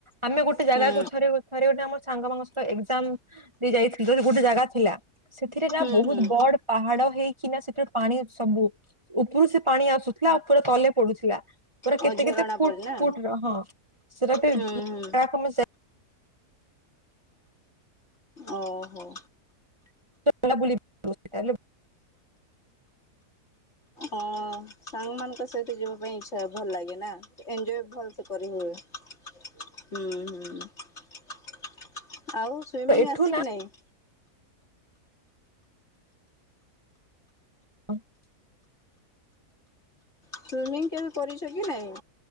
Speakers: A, on the right (about 20°); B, on the left (about 45°).
A: ଆମେ ଗୋଟେ ଜାଗା
B: ହୁଁ
A: କୁ ଥରେ ଥରେ ଗୋଟେ ଆମ ସାଙ୍ଗ ଫାଙ୍ଗ ସ ତ ଏକଜାମ ଦେଇ ଯାଇଥିଲ ଯେ ଗୋଟେ ଜାଗା ଥିଲା। ସେଥିରେ
B: ହୁଁ
A: ନା ବହୁତ
B: ହୁଁ
A: ବଡ ପାହାଡ ହେଇ କି ନା ସେଥର ପାଣି ସବୁ ଉପରୁ ସେ ପାଣି ଆସୁଥିଲା ଆଉ ପୁରା ତଲେ ପଡୁଥିଲା। ପୁରା
B: ଆଉ
A: କେତେ
B: ଝରଣା
A: କେତେ। କୁଟ
B: ପରି ନା
A: କୁଟୀର ହଁ ସେଟା ଗୋଟେ।
B: ହୁଁ ହୁଁ
A: <inaudible>
B: ଓହୋ।
A: ସେ ବୁଲି <inaudible> ହେଲେ।
B: ଓ ସାଙ୍ଗ ମନଙ୍କ ସହିତ ଯିବା ପାଇଁ ଇଚ୍ଛା। ଭଲ ଲାଗେ ନା ଏଞ୍ଜୋୟ୍ ଭଲ ସେ କରି ହୁଏ। ହୁଁ ହୁଁ। ଆଉ ସ୍ୱୀମିଂ
A: ଏଠୁ
B: ଆସେ
A: ନା
B: କି ନାଇଁ।
A: ହଁ।
B: ସ୍ଵୀମିଂ କେବେ କରିଛ କି ନାଇଁ।